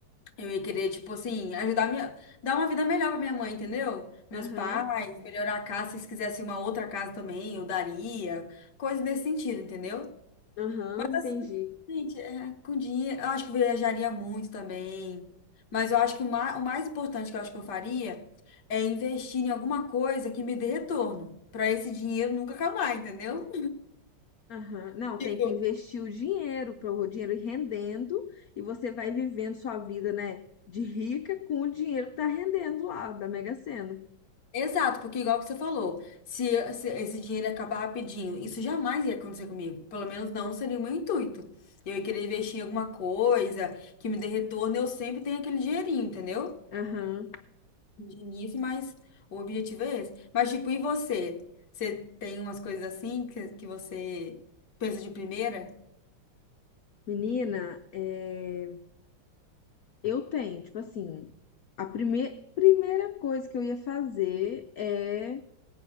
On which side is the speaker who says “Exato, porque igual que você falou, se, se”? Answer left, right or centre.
Left